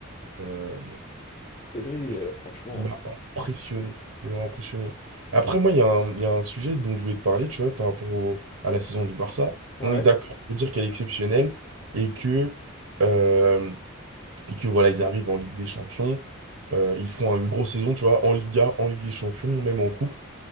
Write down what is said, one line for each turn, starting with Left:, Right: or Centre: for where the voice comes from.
Right: euh,
Left: Pedri,
Right: je-
Left: euh, franchement.
Right: il m'a impressionné.
Left: qu'est-ce que-
Right: Genre impressionné. Après, moi, il y a un, il y a un sujet dont je voulais te parler, tu vois, par rapport au- à la saison du Barça.
Left: Ouais,
Right: On est d'accord pour dire qu'elle est exceptionnelle et que. euh, et que voilà, ils arrivent en Ligue des Champions, euh, ils font une grosse saison, tu vois, en Liga, en Ligue des Champions, même en Coupe.